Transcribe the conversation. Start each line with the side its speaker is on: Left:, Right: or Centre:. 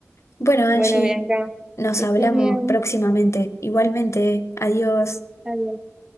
Left: Bueno, Angie,
Right: Bueno, Bianca,
Left: nos
Right: que
Left: hablamos
Right: estés bien.
Left: próximamente. Igualmente, adiós.
Right: Adiós.